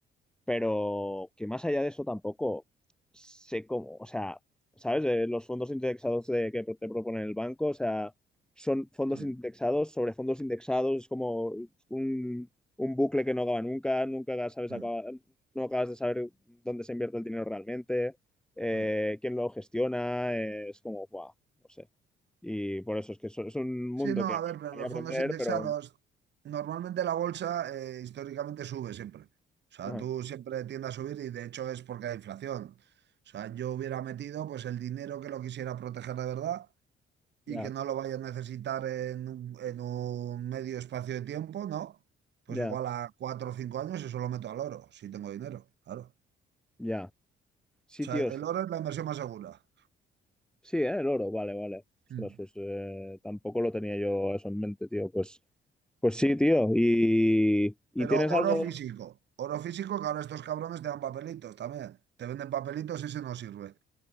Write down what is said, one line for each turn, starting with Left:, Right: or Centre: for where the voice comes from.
Centre: pero que más allá de eso tampoco sé cómo, o sea, ¿sabes? Eh, los fondos indexados de- que te propone el banco, o sea, son fondos
Right: Mm,
Centre: indexados sobre fondos indexados, es como un, un bucle que no acaba nunca, nunca sabes
Right: mm,
Centre: acaba- no acabas de saber dónde se invierte el dinero realmente, eh,
Right: mm.
Centre: quién lo gestiona, eh, es como, guau, no sé. Y por eso es que eso- es un mundo
Right: Sí, no,
Centre: que
Right: a
Centre: me
Right: ver, pero
Centre: gustaría
Right: los
Centre: aprender,
Right: fondos indexados,
Centre: pero...
Right: normalmente la bolsa eh, históricamente sube siempre. O sea,
Centre: Ajá,
Right: tú siempre tiende a subir y de hecho es porque hay inflación. O sea, yo hubiera metido pues el dinero que lo quisiera proteger de verdad
Centre: ya,
Right: y que no lo vaya a necesitar en un, en un medio espacio de tiempo, ¿no? Pues
Centre: ya,
Right: igual a cuatro o cinco años eso lo meto al oro, si tengo dinero, claro.
Centre: ya. Sitios
Right: O sea, el oro es la inversión más segura.
Centre: Sí, ¿eh? el oro, vale, vale.
Right: Mm.
Centre: Ostras, pues eh, tampoco lo tenía yo eso en mente, tío. Pues, pues sí, tío. ¿Y, y
Right: Pero
Centre: tienes algo?
Right: oro físico. Oro físico que ahora estos cabrones te dan papelitos también. Te venden papelitos, ese no sirve.